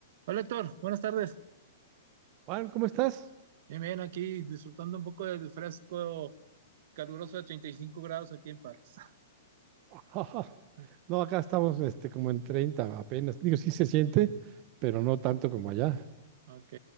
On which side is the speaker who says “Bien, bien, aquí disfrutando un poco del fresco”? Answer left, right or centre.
Right